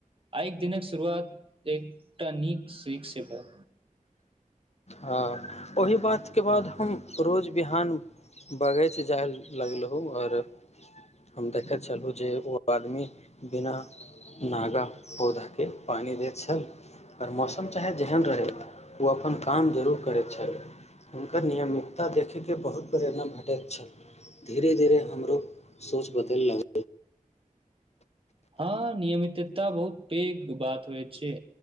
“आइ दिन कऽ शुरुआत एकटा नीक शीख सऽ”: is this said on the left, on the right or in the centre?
Right